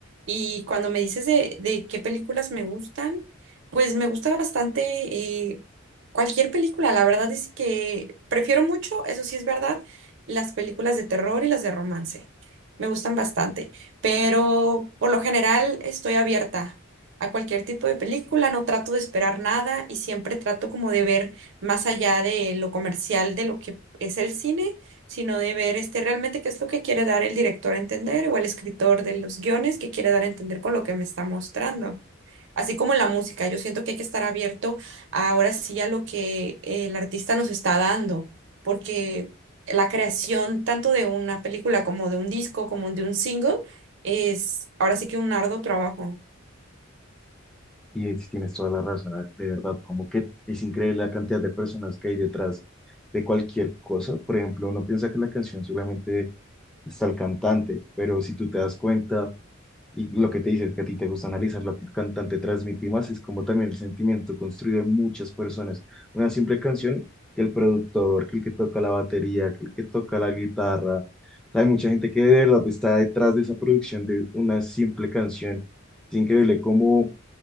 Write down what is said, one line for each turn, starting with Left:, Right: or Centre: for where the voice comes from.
Right: Y cuando me dices de, de qué películas me gustan, pues me gusta bastante eh, cualquier película. La verdad es que prefiero mucho, eso sí es verdad, las películas de terror y las de romance. Me gustan bastante, pero por lo general estoy abierta a cualquier tipo de película, no trato de esperar nada y siempre trato como de ver más allá de lo comercial, de lo que es el cine sino de ver este, realmente qué es lo que quiere dar el director a entender o el escritor de los guiones que quiere dar a entender con lo que me está mostrando. Así como en la música, yo siento que hay que estar abierto ahora sí a lo que el artista nos está dando, porque la creación tanto de una película como de un disco, como de un single, es ahora sí que un arduo trabajo.
Centre: y es- tienes toda la razón, ah, de verdad, como que es increíble la cantidad de personas que hay detrás de cualquier cosa, por ejemplo, uno piensa que la canción solamente está el cantante, pero si tú te das cuenta y lo que te dices que a ti te gusta analizar lo que el cantante transmite y más, es como también el sentimiento construido en muchas personas. Una simple canción que el productor, que el que toca la batería, que el que toca la guitarra. Hay mucha gente que de verdad está detrás de esa producción de una simple canción. Es increíble cómo